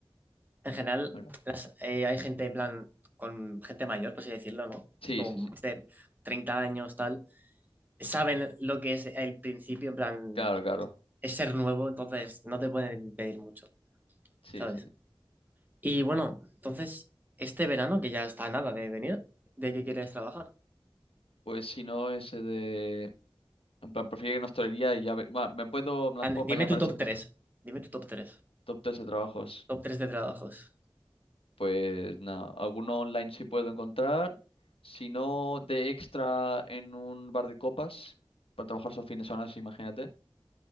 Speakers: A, on the right; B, on the left.
A: En general,
B: la ¿verdad?
A: las- eh, hay gente, en plan, con gente mayor, por así decirlo, ¿no?
B: Sí,
A: Tipo,
B: sí,
A: más
B: sí.
A: de 30 años, tal. Saben lo que es el principio, en plan,
B: Claro, claro.
A: es ser nuevo, entonces no te pueden pedir mucho,
B: Sí,
A: ¿sabes?
B: sí. sí.
A: Y bueno, entonces, este verano, que ya está a nada de venir, ¿de qué quieres trabajar?
B: Pues si no, ese de... En plan, prefiero que no hostelería y ya... ve- Bueno, me puedo, me las
A: An-
B: puedo apañar
A: Dime
B: para
A: tu
B: ese
A: top
B: encuentro.
A: tres Dime tu top 3
B: Top 3 de trabajos.
A: Top 3 de trabajos.
B: Pues nada, alguno online sí puedo encontrar, si no de extra en un bar de copas, para trabajar esos fines de semana, sí, imagínate,